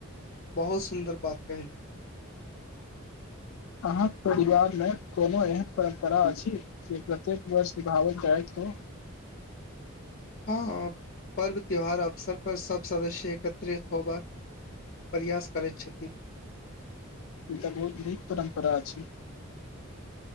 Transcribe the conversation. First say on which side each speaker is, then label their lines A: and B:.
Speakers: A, on the left; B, on the left.
A: बहुत सुन्दर बात कहिलू
B: अहाँ परिवार ल कोनो एहन परम्परा अछि जे प्रत्येक वर्ष विभावक के आइब क
A: हँ पर्व त्योहार अवसरपर सभ सदस्य एकत्रित होयबाक प्रयास करैत छथि।
B: ई त बहुत नीक परम्परा अछि।